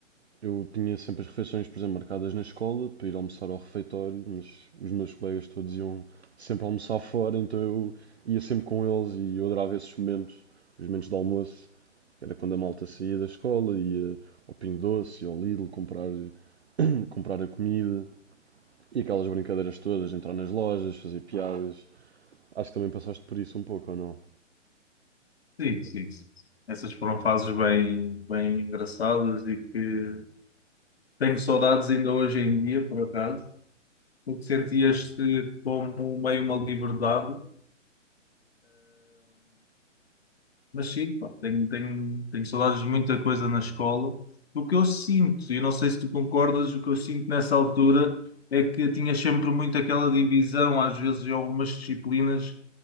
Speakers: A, on the right (about 60°); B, on the left (about 55°).
A: Eu tinha sempre as refeições, por exemplo, marcadas na escola para ir almoçar ao refeitório, mas os meus colegas todos iam sempre almoçar fora, então eu ia sempre com eles e eu adorava esses momentos, os momentos de almoço, que era quando a malta saía da escola, ia ao Pingo Doce, ia ao Lidl comprar, comprar a comida e aquelas brincadeiras todas, entrar nas lojas, fazer piadas. Acho que também passaste por isso um pouco, ou não?
B: sim, sim. sim. Essas foram fases bem, bem engraçadas e que tenho saudades ainda hoje em dia, por acaso, porque sentias-te como meio uma liberdade Mas sim, pá, tenho, tenho, tenho saudades de muita coisa na escola. O que eu sinto, e não sei se tu concordas, o que eu sinto nessa altura é que tinha sempre muito aquela divisão, às vezes em algumas disciplinas,